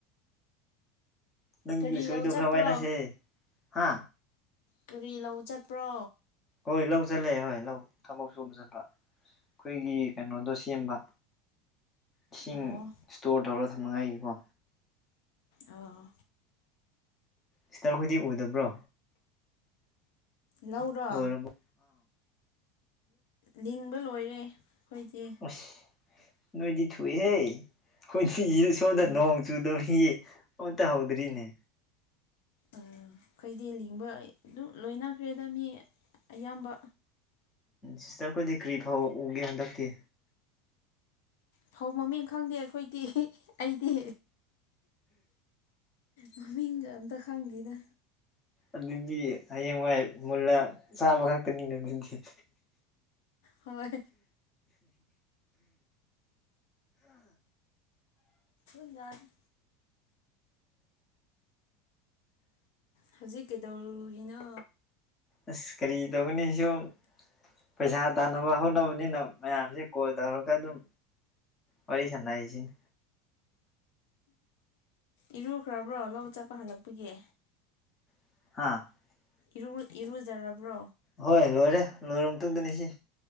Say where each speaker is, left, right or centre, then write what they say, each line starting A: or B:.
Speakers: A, on the left; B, on the left.
A: ꯅꯪ
B: ꯀꯔꯤ
A: ꯎꯁꯣꯏꯗꯣ
B: ꯂꯧ ꯆꯠꯄ꯭ꯔꯣ
A: ꯈꯔ ꯋꯥꯏꯅꯁꯦ ꯍꯥ
B: ꯀꯔꯤ ꯂꯧ ꯆꯠꯄ꯭ꯔꯣ
A: ꯍꯣꯏ ꯂꯧꯆꯠꯂꯦ ꯍꯣꯏ ꯂꯧ ꯊꯕꯛ ꯁꯨꯕ ꯆꯠꯄ ꯑꯩꯈꯣꯏꯒꯤ ꯀꯩꯅꯣꯗꯣ ꯁꯦꯝꯕ ꯏꯁꯤꯡ
B: ꯑꯣ
A: ꯏꯁꯇꯣꯔ ꯇꯧꯔꯒ ꯊꯝꯅꯉꯥꯏꯒꯤꯀꯣ
B: ꯑꯣꯑꯣ
A: ꯁꯤꯁꯇꯔ ꯈꯣꯏꯗꯤ ꯎꯗꯕ꯭ꯔꯣ
B: ꯂꯧꯔꯣ
A: UNINTELLIGIBLE
B: ꯂꯤꯡꯕ ꯂꯣꯏꯔꯦ ꯑꯩꯈꯣꯏꯗꯤ
A: ꯑꯁ ꯅꯣꯏꯗꯤ ꯊꯨꯏꯍꯦ ꯑꯩꯈꯣꯏꯗꯤ ꯁꯣꯝꯗ
B: ꯑꯥ
A: ꯅꯣꯡ ꯆꯨꯗꯕꯒꯤ ꯑꯃꯇꯠꯍꯧꯗ꯭ꯔꯤꯅꯦ
B: ꯑꯥꯑꯥ ꯑꯩꯈꯣꯏꯗꯤ ꯂꯤꯡꯕ ꯑꯗꯨꯝ ꯂꯣꯏꯅꯈ꯭ꯔꯦꯗ ꯃꯤ ꯑꯌꯥꯝꯕ
A: ꯁꯤꯁꯇꯔꯈꯣꯏꯗꯤ ꯀꯔꯤ ꯐꯧ ꯎꯒꯦ ꯍꯟꯗꯛꯇꯤ
B: ꯐꯧ ꯃꯃꯤꯡ ꯈꯪꯗꯦ ꯑꯩꯈꯣꯏꯗꯤ ꯑꯩꯗꯤ ꯃꯃꯤꯡꯒ ꯑꯝꯇ ꯈꯪꯗꯦꯗ
A: ꯑꯗꯨꯗꯤ ꯍꯌꯦꯡꯋꯥꯏ ꯃꯨꯜꯂ ꯆꯥꯕ ꯈꯛ INAUDIBLE INAUDIBLE
B: ꯍꯣꯏ INAUDIBLE ꯍꯧꯖꯤꯛ ꯀꯩꯗꯧꯔꯤꯅꯣ
A: ꯑꯥꯁ ꯀꯔꯤ ꯇꯧꯒꯅꯤ ꯁꯨꯨꯝ ꯄꯩꯁꯥ ꯇꯥꯟꯅꯕ ꯍꯣꯠꯅꯕꯅꯤꯅ ꯃꯌꯥꯝꯖꯦ ꯀꯣꯜ ꯇꯧꯔꯒ ꯑꯗꯨꯝ ꯋꯥꯔꯤ ꯁꯥꯟꯅꯩꯖꯤꯅꯤ
B: ꯏꯔꯨꯈ꯭ꯔꯕ꯭ꯔꯣ ꯂꯧ ꯆꯠꯄ ꯍꯜꯂꯛꯄꯒꯤ
A: ꯍꯥꯥꯑꯥ
B: ꯏꯔꯨ ꯏꯔꯨꯖꯔꯕ꯭ꯔꯣ
A: ꯍꯣꯏ ꯂꯣꯏꯔꯦ ꯂꯣꯏꯔꯕ ꯃꯇꯨꯡꯗꯅꯦ ꯁꯤ